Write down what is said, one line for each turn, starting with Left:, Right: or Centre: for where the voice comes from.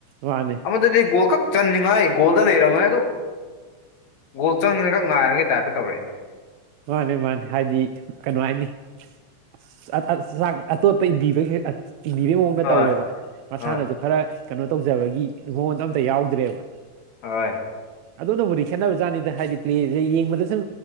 Right: ꯃꯥꯅꯦ
Left: ꯑꯃꯗꯨꯗꯤ ꯒꯣꯜ ꯈꯛ ꯆꯟꯅꯤꯡꯉꯥꯏ ꯒꯣꯜꯗ ꯂꯩꯔꯝꯃꯦ ꯑꯗꯨ ꯒꯣꯜ ꯆꯪꯒ꯭ꯔ ꯉꯥꯏꯔꯒ ꯇꯥꯏꯞꯇ ꯇꯧꯔꯛꯑꯦꯅꯦ
Right: ꯃꯥꯅꯦ ꯃꯥꯅꯦ ꯍꯥꯏꯗꯤ ꯀꯩꯅꯣ ꯍꯥꯏꯅꯤ ꯑꯁ ꯑ ꯆꯥꯛ ꯑꯇꯣꯞ ꯄꯩ ꯕꯤꯕ ꯍꯦꯛ ꯑ ꯏꯟꯕꯤꯕꯒꯤ ꯃꯑꯣꯡꯗ
Left: ꯍꯣꯏ
Right: ꯇꯧꯋꯦꯕ ꯃꯁꯥꯅꯁꯨ
Left: ꯍꯣꯏ
Right: ꯈꯔ ꯀꯩꯅꯣ ꯇꯧꯖꯕꯒꯤ ꯕꯣꯟꯁꯨ ꯑꯝꯇ ꯌꯥꯎꯗ꯭ꯔꯦꯕ
Left: ꯍꯣꯏ
Right: ꯑꯗꯨꯅꯕꯨꯗꯤ ꯈꯦꯠꯅꯕꯖꯥꯠꯅꯤꯗ ꯍꯥꯏꯗꯤ ꯄ꯭ꯂꯦꯁꯦ ꯌꯦꯡꯕꯗ ꯁꯨꯝ